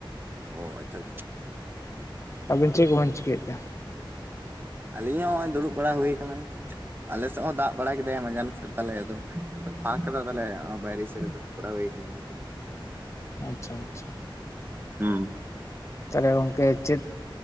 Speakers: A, on the right; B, on the left.
A: ᱚ ᱟᱪᱪᱷᱟ ᱟᱪᱪᱷᱟ
B: ᱟᱹᱵᱤᱱ ᱪᱮᱫ ᱠᱚᱵᱤᱱ ᱪᱤᱠᱟᱹᱭᱮᱫᱟ?
A: ᱟᱹᱞᱤᱧ ᱦᱚᱸ ᱱᱚᱜ-ᱚᱭ ᱫᱩᱲᱩᱵ ᱵᱟᱲᱟ ᱦᱩᱭ ᱟᱠᱟᱱᱟ ᱟᱞᱮ ᱥᱮᱫ ᱦᱚᱸ ᱫᱟᱜ ᱵᱟᱲᱟ ᱠᱮᱫᱟᱭ ᱢᱟᱡᱟᱱ ᱥᱮᱫ ᱾ ᱛᱟᱦᱚᱞᱮ ᱟᱫᱚ ᱱᱤᱛᱚᱜ ᱫᱚ ᱯᱷᱟᱠ ᱠᱟᱫᱟ ᱛᱟᱦᱚᱞᱮ ᱵᱟᱭᱟᱨ ᱥᱮᱫ ᱨᱮ ᱫᱩᱲᱩᱵ ᱵᱟᱲᱟ ᱦᱩᱭ ᱠᱟᱱ ᱦᱩᱭ ᱠᱟᱱ ᱾
B: ᱟᱪᱪᱷᱟ ᱟᱪᱪᱷᱟ᱾
A: ᱦᱩᱸ᱾
B: ᱛᱟᱦᱚᱞᱮ ᱜᱚᱝᱠᱮ ᱪᱮᱫ